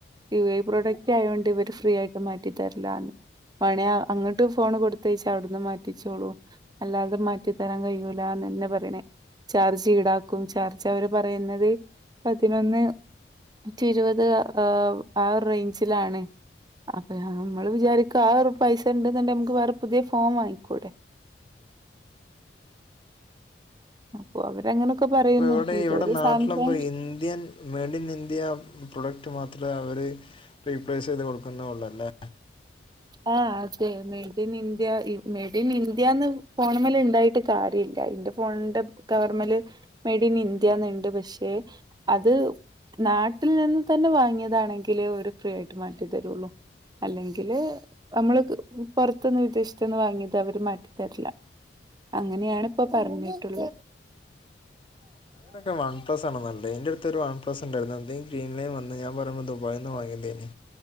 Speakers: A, on the right (about 20°); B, on the left (about 30°).
A: യു ഐ പ്രൊഡക്റ്റ് ആയോണ്ട് ഇവര് ഫ്രീ ആയി മാറ്റിതരിലാന്ന് വേണേ അങ്ങട്ട് ഫോൺ കൊടുത്തയച്ച് അവിടുന്ന് മാറ്റിച്ചോളു അല്ലാതെ മാറ്റിത്തരാൻ കഴിയൂലന്നെന്നെ പറയണേ ചാർജ് ഈടാക്കും ചാർജ് അവര് പറയുന്നത് പതിനൊന്ന് നൂറ്റി ഇരുപത് ആഹ് ആ ഒരു റേഞ്ചിലാണ്. അപ്പ ഞമ്മള് വിചാരിക്കും ആ ഒരു പൈസ ഇണ്ടെന്നെണ്ട നമുക്ക് വേറെ പുതിയ ഫോൺ വാങ്ങിക്കൂടെ അപ്പൊ അവരങ്ങനൊക്കെ പറയുന്നു
B: അപ്പൊ ഇവിടെ
A: ഇതൊരു
B: ഇവിടെ നാട്ടിലപ്പോ
A: Samsung
B: Indian made in India product മാത്രമേ അവര് റീപ്ലേസ് ചെയ്ത് കൊടുക്കുന്നൊള്ളല്ലെ
A: ആഹ് അതെ made in India made in ഇന്ത്യന്ന് ഫോണമ്മലെണ്ടായി ട്ട് കാര്യവില്ല ഇന്റെ ഫോണിന്റെ കവർമ്മല് മെയ്ഡ് ഇൻ ഇന്ത്യന്നിണ്ട് പക്ഷെ അത് നാട്ടിൽ നിന്ന് തന്നെ വാങ്ങിയതാണെങ്കിലേ ഓര് ഫ്രീ ആയിട്ട് മാറ്റിത്തരൊള്ളു. അല്ലെങ്കില് നമ്മള് പൊർത്തന്ന് വിദേശത്ത്ന്ന് വാങ്ങിയത് അവര് മാറ്റിത്തരില്ല. അങ്ങനെയാണ് ഇപ്പൊ പറഞ്ഞിട്ടുള്ള
B: അതിനൊക്കെ വൺ പ്ലസ് ആണ് നല്ലെ ഇന്റെടുത്തൊരു വൺ പ്ലസ് ഇണ്ടായിരുന്നു അത് ഗ്രീൻലൈൻ വന്ന് ഞാ പറയുമ്പോ ദുബായിന്ന് വാങ്ങിന്തേനി